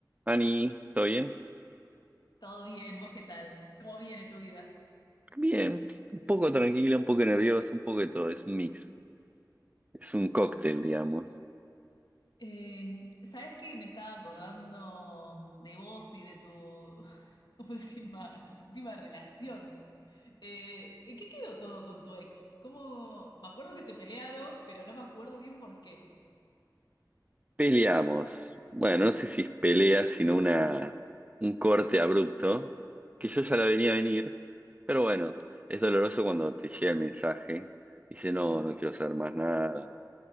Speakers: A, on the right; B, on the left.
A: Ani, ¿todo bien?
B: Todo bien, ¿vos qué tal? ¿Cómo viene tu vida?
A: Bien, un poco tranquila, un poco nerviosa, un poco de todo, es un mix, es un
B: Mix.
A: cóctel, digamos.
B: Eh, ¿sabés qué? Me estaba acordando de vos y de tu <laughs> última, de tu última relación. Eh, ¿en qué quedó todo con tu ex? ¿Cómo? Me acuerdo que se pelearon, pero no me acuerdo bien por qué.
A: Peleamos, bueno, no sé si es pelea, sino una, un corte abrupto, que yo ya la venía a venir, pero bueno, es doloroso cuando te llega el mensaje, dice, no, no quiero saber más nada.